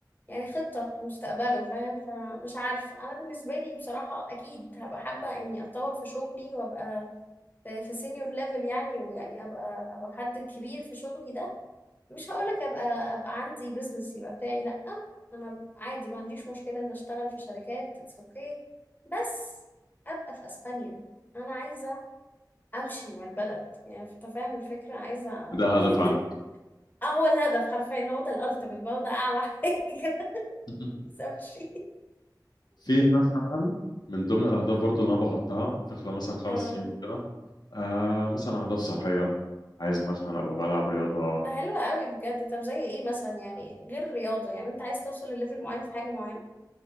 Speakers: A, on the left; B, on the left.
A: يعني خطة لمستقبله فاهم فمش عارف أنا بالنسبة لي بصراحة أكيد هبقى حابة إني أتطور في شغلي وأبقى في, في سينيور ليفل يعني ويعني أبقى أبقى حد كبير في شغلي ده مش هقولك أبقى أبقى عندي بيزنس يبقى بتاعي لأ أنا عادي ما عنديش مشكلة إن أشتغل في شركات اتس أوكي بس أبقى في أسبانيا أنا عايزة أمشي من البلد يعني أنت فاهم الفكرة عايزة
B: ده هدف
A: <laughs>
B: عندي
A: اه هو الهدف حرفيا هو ده الألتيميت بقى، هو ده أعلى حاجة <laughs>
B: <laughs>
A: عايزة أمشي
B: في مثلا من ضمن الاهداف برضو اللي انا بحطها في خلال مثلا خمس
A: اه
B: سنين كده آه مثلا اهداف صحيه عايز مثلا ابقى بلعب رياضه
A: ده حلو قوي بجد طب زي ايه مثلا يعني غير الرياضة يعني انت عايز توصل لليفل معين في حاجة معينة